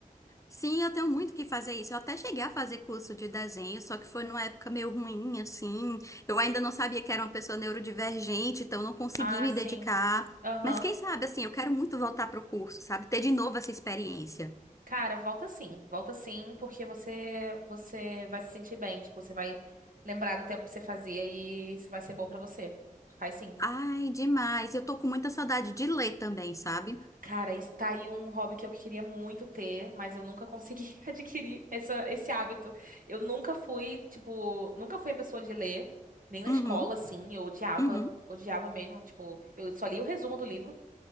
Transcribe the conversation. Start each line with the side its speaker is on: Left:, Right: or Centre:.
Left: Sim, eu tenho muito que fazer isso. Eu até cheguei a fazer curso de desenho, só que foi numa época meio ruim, assim. Eu ainda não sabia que era uma pessoa neurodivergente, então não consegui
Right: Ah,
Left: me
Right: sim.
Left: dedicar.
Right: Aham.
Left: Mas quem sabe, assim, eu quero muito voltar pro curso, sabe? Ter de novo essa experiência.
Right: Cara, volta sim, volta sim, porque você você vai se sentir bem, tipo, você vai lembrar do tempo que você fazia e isso vai ser bom pra você. Faz sim.
Left: Ai, demais. Eu tô com muita saudade de ler também, sabe?
Right: Cara, isso tá aí um hobby que eu queria muito ter, mas eu nunca consegui <laughs> adquirir essa, esse hábito. Eu nunca fui, tipo, nunca fui a pessoa de ler, nem na
Left: Uhum,
Right: escola, assim. Eu odiava,
Left: uhum.
Right: odiava mesmo. Tipo, eu só li o resumo do livro